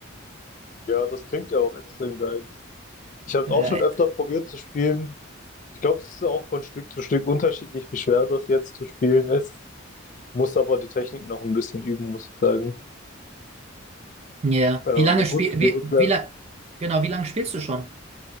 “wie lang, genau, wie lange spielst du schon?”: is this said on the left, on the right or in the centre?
Right